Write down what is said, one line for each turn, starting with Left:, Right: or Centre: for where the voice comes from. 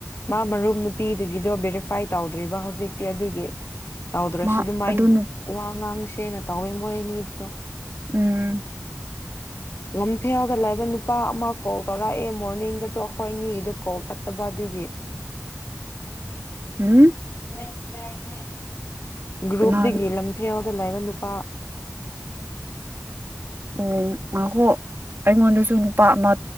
Left: ꯃꯥ ꯃꯔꯨꯞ ꯅꯨꯄꯤꯗꯨꯒꯤꯗꯣ ꯕꯦꯔꯤꯐꯥꯏ ꯇꯧꯗ꯭ꯔꯤꯕ ꯍꯧꯖꯤꯛꯇꯤ ꯑꯗꯨꯒꯤ ꯇꯧꯗ꯭ꯔꯁꯨ
Right: ꯃꯥ
Left: ꯑꯗꯨꯃꯥꯏꯅ
Right: ꯑꯗꯨ ꯅꯨ
Left: ꯋꯥ ꯉꯥꯡꯁꯤ ꯑꯩꯅ ꯇꯧꯋꯦ ꯃꯣꯢꯑꯅꯤꯁꯨ
Right: ꯎꯝ
Left: ꯂꯝꯐꯦꯜꯗ ꯂꯩꯕ ꯅꯨꯄꯥ ꯑꯃ ꯀꯣꯜ ꯇꯧꯔꯛꯑꯦ ꯃꯣꯔꯅꯤꯡꯗꯗꯣ ꯑꯩꯈꯣꯏ ꯑꯅꯤꯒꯤꯗ ꯀꯣꯜ ꯆꯠꯇꯕ ꯑꯗꯨꯒꯤ
Right: ꯎꯝ
Left: <unintelligible> ꯒꯔꯨꯞꯇꯒꯤ
Right: ꯀꯅꯥ
Left: ꯂꯝꯐꯦꯜ ꯗ ꯂꯩꯕ ꯅꯨꯄꯥ
Right: ꯎꯝ ꯉꯥꯏꯈꯣ ꯑꯩꯉꯣꯟꯗꯁꯨ ꯅꯨꯄꯥ ꯑꯃ